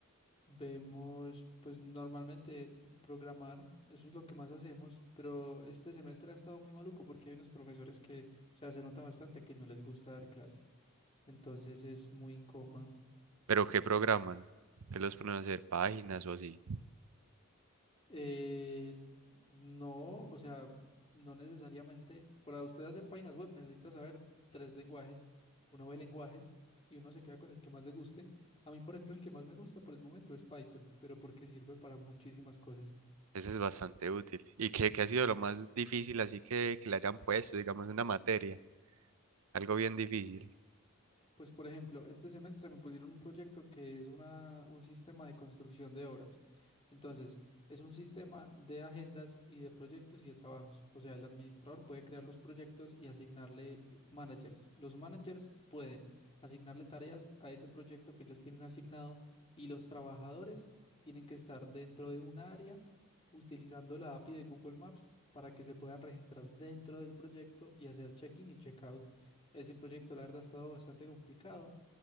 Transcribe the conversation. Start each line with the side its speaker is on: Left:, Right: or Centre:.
Left: Vemos, pues normalmente programar, eso es lo que más hacemos, pero este semestre ha estado muy maluco porque hay unos profesores que, o sea, se nota bastante que no les gusta dar clase, entonces es muy incómodo.
Right: ¿Pero qué programan? ¿Qué los ponen a hacer? ¿Páginas o así?
Left: Eh, no, o sea, no necesariamente. Para usted hacer páginas web necesita saber tres lenguajes. Uno ve lenguajes y uno se queda con el que más le guste. A mí, por ejemplo, el que más me gusta por el momento es Python, pero porque sirve para muchísimas cosas.
Right: Eso es bastante útil. ¿Y qué, qué ha sido lo más difícil así que, que le hayan puesto, digamos, una materia? Algo bien difícil.
Left: Pues por ejemplo, este semestre me pusieron un proyecto que es una, un sistema de construcción de obras. Entonces, es un sistema de agendas y de proyectos y de trabajos. O sea, el administrador puede crear los proyectos y asignarle eh, managers. Los managers pueden asignarle tareas a ese proyecto que ellos tienen asignado y los trabajadores tienen que estar dentro de un área utilizando la API de Google Maps para que se puedan registrar dentro del proyecto y hacer check-in y check-out. Ese proyecto, la verdad, ha estado bastante complicado,